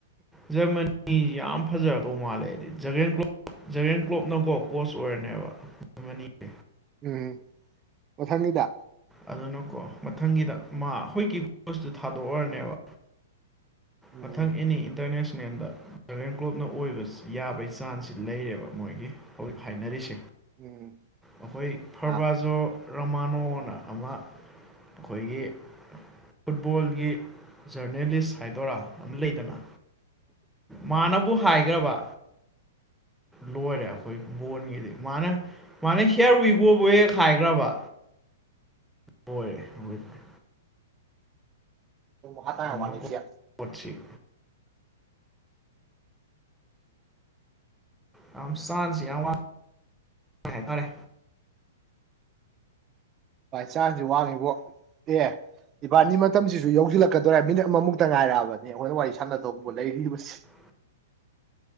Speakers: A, in the centre; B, on the right.
A: ꯖꯔꯃꯅꯤꯁꯤ ꯌꯥꯝ ꯐꯖꯕ ꯀꯧ ꯃꯥꯜꯂꯦꯗꯤ ꯖꯒꯦꯟ ꯀ꯭ꯂꯣꯞ ꯖꯒꯦꯟ ꯀ꯭ꯂꯣꯞꯅꯀꯣ ꯀꯣꯁ ꯑꯣꯏꯔꯅꯦꯕꯃꯅꯤꯁꯦ
B: ꯎꯝ ꯑꯣꯊꯪꯅꯤꯗ
A: ꯑꯗꯨꯅꯀꯣ ꯃꯊꯪꯒꯤꯗ ꯃꯥ ꯍꯈꯣꯏ ꯀꯤꯀꯁꯇꯨ ꯊꯥꯗꯣꯛꯑꯔꯅꯦꯕ
B: ꯎꯝ
A: ꯃꯊꯪ ꯑꯦꯅꯤ ꯏꯟꯇꯔꯅꯦꯁꯅꯦ ꯁꯅꯦꯟꯗ ꯗ꯭ꯔꯒꯦꯟ ꯀ꯭ꯂꯣꯞꯅ ꯑꯣꯏꯕ ꯌꯥꯕꯒꯤ ꯆꯥꯟꯁꯁꯤ ꯂꯩꯔꯦꯕ ꯃꯣꯏꯒꯤ ꯍꯧꯖꯤꯛ ꯍꯥꯏꯅꯔꯤꯁꯦ
B: ꯎꯝ
A: ꯑꯩꯈꯣꯏ ꯐꯔꯕꯥꯖꯣ
B: ꯑꯥ
A: ꯔꯃꯥꯅꯣꯅ ꯑꯃ ꯑꯩꯈꯣꯏꯒꯤ ꯐꯨꯠꯕꯣꯜꯒꯤ ꯖꯔꯅꯦꯂꯤꯁ ꯍꯥꯏꯗꯣꯏꯔꯥ ꯂꯩꯗꯅ ꯃꯥꯅꯕꯨ ꯍꯥꯏꯈ꯭ꯔꯕ ꯂꯣꯏꯔꯦ ꯑꯩꯈꯣꯏ ꯕꯣꯟꯒꯤꯗꯤ ꯃꯥꯅꯦ ꯃꯥꯅꯦ ꯍꯦꯌꯥꯔ ꯎꯏꯒꯣꯕ ꯈꯥꯏꯈ꯭ꯔꯕ ꯍꯣꯏꯦ ꯑꯣꯏꯣꯏ
B: ꯋꯥ ꯇꯋꯥꯦ
A: ꯑꯃꯨꯛꯅ
B: ꯀꯌꯥ
A: ꯀꯣꯠꯁꯤ ꯑꯣ ꯑ ꯁꯁꯤ ꯑ ꯋꯥ ꯍꯥꯏ ꯇꯔꯦ
B: ꯕꯥꯏ ꯆꯥꯟꯁꯁꯨ ꯋꯥꯡꯉꯦꯕꯣ ꯑꯦ ꯏꯕꯥꯅꯤ ꯃꯇꯝꯁꯤꯁꯨ ꯌꯧꯁꯤꯜꯂꯛꯀꯗꯣꯏꯔ ꯃꯤꯅꯤꯠ ꯑꯃꯃꯨꯛꯇ ꯉꯥꯏꯔꯛꯑꯕꯅꯦ ꯑꯩꯈꯣꯏꯅ ꯋꯥꯔꯤ ꯁꯥꯟꯅꯗꯧꯕ ꯂꯩꯔꯤꯕꯁꯤ
A: <inaudible>